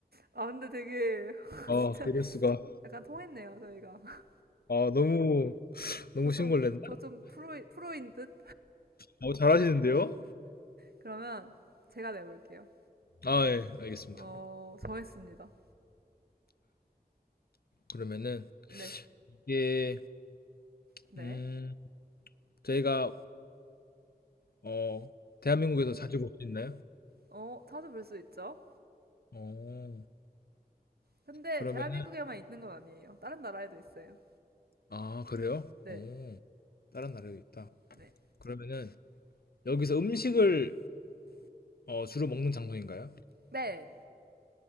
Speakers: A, on the right (about 75°); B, on the left (about 70°).
A: 아, 근데 되게 <laughs>
B: 아,
A: 진짜
B: 이럴 수가.
A: 약간 통했네요, 저희가.
B: 아, 너무 너무
A: 저
B: 신고를
A: 좀,
B: 냈나?
A: 저 좀 프로, 프로인 듯?
B: 너무 잘하시는데요?
A: 그러면 제가 내볼게요.
B: 아, 예, 알겠습니다.
A: 어, 정했습니다.
B: 그러면은
A: 네,
B: 이게
A: 네.
B: 음, 저희가 어, 대한민국에서 자주 볼 수 있나요?
A: 어, 찾아볼 수 있죠.
B: 어,
A: 근데
B: 그러면은
A: 대한민국에만 있는 건 아니에요. 다른 나라에도 있어요.
B: 아, 그래요?
A: 네,
B: 어, 다른 나라에도 있다.
A: 네.
B: 그러면은 여기서 음식을 어, 주로 먹는 장소인가요?
A: 네,